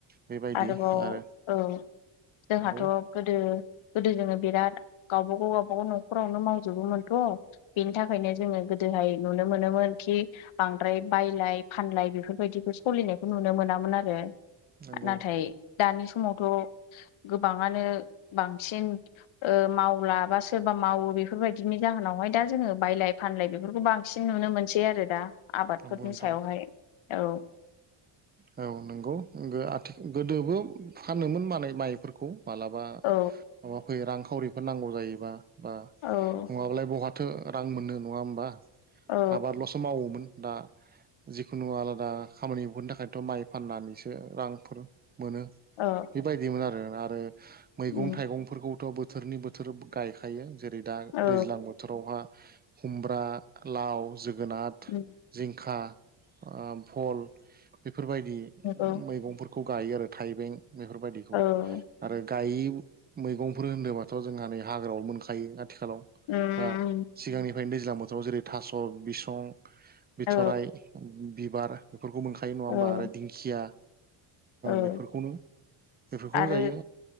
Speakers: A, on the right; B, on the left.
A: बेबायदि
B: आरोबाव
A: आरो
B: औ जोंहाथ'
A: नंगौ
B: गोदो गोदो जोङो बिराद गावबा गाव गावबागाव न'खरावनो मावजोबोमोनथ' बेनि थाखायनो जोङो गोदो हाय नुनो मोनोमोन खि बांद्राय बायलाय-फानलाय बेफोरबायदिखौ सलिनाय नुनो मोनामोन आरो
A: नंगौ
B: नाथाय दानि समावथ' गोबांङानो बांसिन ओ मावलाबासो बा मावो बेफोरबायदिनि जाहोनावहाय दा जोङो बायलाय फानलाय बेफोरखौ बांसिन नुनो मोनसै आरो दा आबादफोरनि
A: नंगौ नोंथां
B: सायावहाय औ
A: औ नंगौ ओ आथिखाल गोदोबो फानोमोन माल माइफोरखौ माबलाबा
B: औ
A: माबा फैयो रांखावरिफोर नांगौ जायोबा बा
B: औ
A: नङाबालाय बहा थो रां मोनो नङा होमबा
B: औ
A: आबादल'सो मावोमोन दा जिखुनु आलादा खामानिफोरनि थाखायथ' माइ फान्नानैसो रांफोरो मोनो
B: औ
A: बेबायदिमोन आरो आरो मैगं-थाइगंफोरखौ
B: उम
A: थ' बोथोरनि बोथोर गायखायो जेरै दा
B: औ
A: दैज्लां बोथोरावहा खुमब्रा, लाव, जोगोनार
B: उम
A: दिंखा ओ भल बेफोरबायदि
B: नंगौ
A: मैगंफोर खौ गायो आरो थाइबें बेफोरबायाददिखौ
B: औ
A: आरो गायि मैगंफोर होनोबाथ' जोंहा नै हाग्रायाव मोनखायो आथिखालाव
B: उम
A: बा सिगांनिफ्रायनो दैज्लां बोथोराव जेरै थास' बिसं बिथरराय
B: औ
A: बिबार बेफोरखौ मोनखायो नङा
B: औ
A: होमबा आरो दिंखिया
B: औ
A: बेफोरखौनो बेफोरखौनो
B: आरो
A: जायो